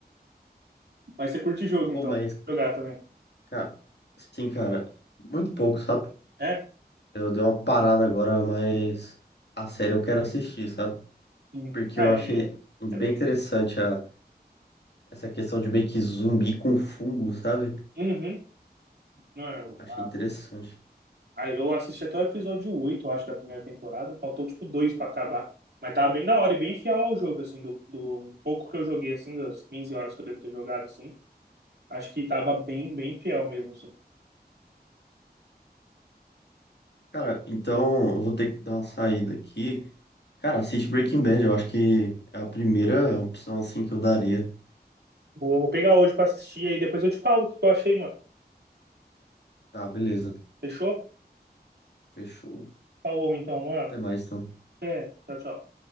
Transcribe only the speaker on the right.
Mas você curte jogo
então,
você curte jogar também.
É?
Sim.
Ah,
é,
é,
é bem.
Uhum. Não, é, eu,
a-
aí eu assisti até o episódio 8, acho, da primeira temporada. Faltou tipo dois pra acabar. Mas tava bem da hora e bem fiel ao jogo, assim, do, do pouco que eu joguei, assim, das 15 horas que eu devo ter jogado, assim. Acho que tava bem, bem fiel mesmo, assim.
Vou, vou pegar hoje pra assistir aí, depois eu te falo o que eu achei, mano.
Fechou?
Falou então, mano.
É, tchau, tchau.